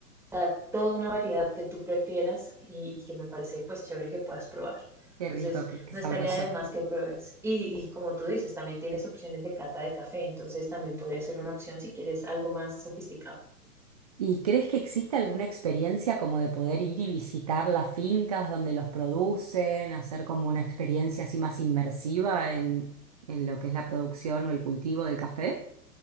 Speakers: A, in the centre; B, on the right (about 25°).
A: o sea, toda una variedad que tú prefieras y, y que me parece pues chévere que puedas probar.
B: Qué
A: Entonces,
B: rico, qué, qué
A: no
B: sabroso.
A: estaría de más que pruebes. Y, y como tú dices, también tienes opciones de cata de café, entonces también podría ser una opción si quieres algo más sofisticado.
B: ¿Y crees que existe alguna experiencia como de poder ir y visitar las fincas donde los producen, hacer como una experiencia así más inmersiva en, en lo que es la producción o el cultivo del café?